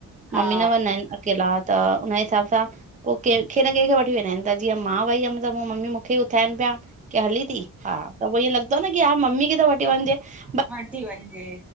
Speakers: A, in the centre; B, on the right (about 25°).
A: हा
B: मम्मी न वञंदा आहिनि अकेला त हुनजे हिसाब सां पो कंहिंखे न कंहिंखे वठी वेंदा आहिनि त जीअं मां वई हुअमि त मम्मी मूंखे उथाइनि पिया कि हली ती, हा त पोइ ईअं लॻदो आ न कि हा ममी खे त वठी वनजे, बा
A: वठी वञजे।